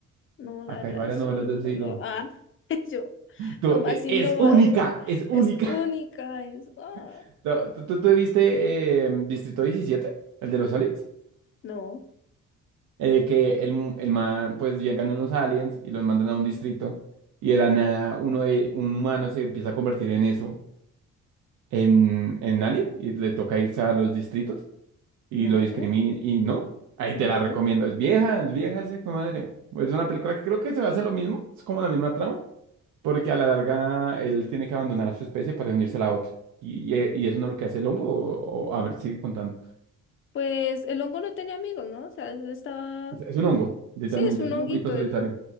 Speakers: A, on the left; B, on the right.
A: No, la
B: Acá
A: verdad,
B: hay varias
A: eso
B: novelas
A: es muy
B: de ese estilo.
A: nuevo. Ah, <laughs> yo,
B: Tú,
A: lo más
B: e-
A: innovador
B: es única, es única.
A: es única, es, ah,
B: <laughs> ¿Tú, tú, tú- tú viste eh, Distrito 17? ¿El de los aliens?
A: no,
B: eh, que el, mu- el man, pues llegan unos aliens y los mandan a un distrito y de la nada uno de, un humano se empieza a convertir en eso, en, en alien y le toca irse a los distritos y
A: no,
B: lo discriminan y no, ahí
A: no.
B: te la recomiendo, es vieja, es vieja esa hijo de madre. Es una
A: Mm.
B: película que creo que se va a hacer lo mismo, es como la misma trama, porque a la larga él tiene que abandonar a su especie para unirse a la otra. Y, y y eso no es lo que hace el hongo, o, o- a ver, sigue contando.
A: Pues el hongo no tenía amigos, ¿no? O sea, él estaba,
B: Es, es un hongo, literalmente,
A: sí, es un
B: es un
A: honguito,
B: honguito solitario.
A: él,